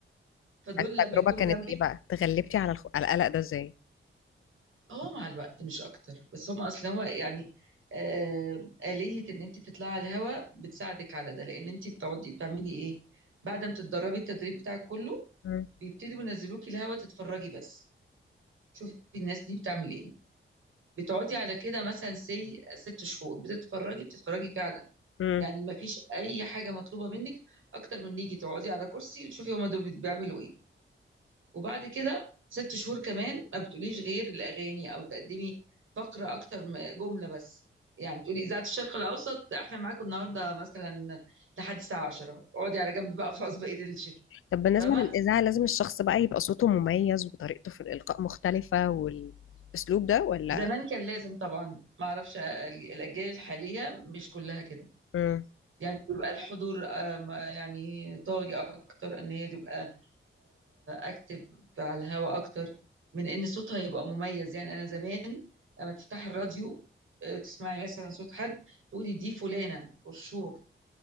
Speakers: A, on the right; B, on the left.
A: فدول
B: التجربة
A: لما يكونوا
B: كانت
A: جنبك
B: إيه بقى؟ تغلبتي على الخ... على القلق ده إزاي؟
A: اه مع الوقت مش اكتر بس هم اصلا هو يعني آه آلية ان انت تطلعي على الهواء بتساعدك على ده لان انت بتقعدي بتعملي ايه بعد ما تتدربي التدريب بتاعك كله
B: مم.
A: بيبتدوا ينزلوكي الهواء تتفرجي بس شوفي الناس دي بتعمل ايه بتقعدي على كده مثلا سي ست شهور بتتفرجي بتتفرجي فعلا
B: مم.
A: يعني ما فيش اي حاجه مطلوبه منك اكتر من نيجي تقعدي على كرسي وتشوفي هما دول بيعملوا ايه وبعد كده ست شهور كمان ما بتقوليش غير الاغاني او تقدمي فقره اكتر من جمله بس يعني تقولي اذاعه الشرق الاوسط احنا معاكم النهارده مثلا لحد الساعه 10 اقعدي على جنب بقى خلاص بقيه الشفت
B: طب بالنسبة
A: فاهمه
B: للإذاعة لازم الشخص بقى يبقى صوته مميز وطريقته في الإلقاء مختلفة والأسلوب ده ولا؟
A: زمان كان لازم طبعا ما اعرفش الاجيال الحاليه مش كلها كده
B: مم.
A: يعني بيبقى الحضور آم، يعني طاغي اكتر ان هي تبقى اكتف على الهواء اكتر من ان صوتها يبقى مميز يعني انا زمان لما تفتح الراديو آه، تسمعي مثلا صوت حد تقولي دي فلانة برشور